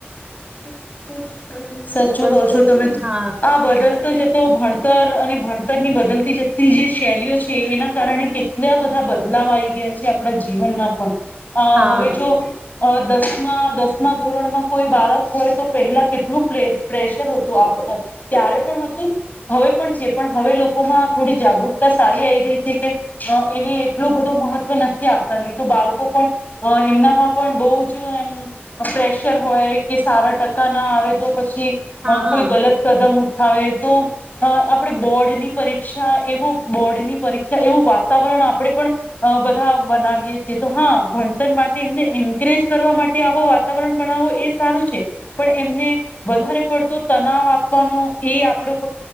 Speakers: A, on the left; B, on the right.
A: <inaudible> સાચું
B: હમણાં બસ
A: કહ
B: સ્કૂલ
A: છો તમે,
B: હા
A: આ બડલ જતો ભણતર અને ભણતર ની બદલતી જતી જે શૈલીઓ છે એના કારણે કેટલા બધા બદલાવ આવી ગયા છે આપણા જીવનમાં પણ. અ
B: હા
A: હવે જો અ દસમા દસમા ધોરણ માં કોઈ બાળક હોય તો પહેલા કેટલું પ્રેશર હતું ત્યારે પણ હતું, હવે પણ છે પણ હવે લોકોમાં થોડી જાગૃતતા સારી આવી ગઈ છે કે, એને એટલો બધો મહત્ત્વ નથી આપતા નહી તો બાળકો પણ, એમનામાં પણ બહુ જ એમ પ્રેશર હોય. કે સારા ટકા ના આવે તો પછી
B: હા
A: કોઈ ગલત કદમ ઉઠ હવે તો, આપણે બોર્ડની પરીક્ષા એવો બોર્ડની પરીક્ષા એવું વાતાવરણ આપણે પણ, બધા બનાવીએ છીએ તો હા ભણતર માટે એમને એન્કરેજ કરવા માટે આવો વાતાવરણ બનાવવો એ ારું છે, પણ એમને વધારે પડત તવ આપવાનો એ આપડ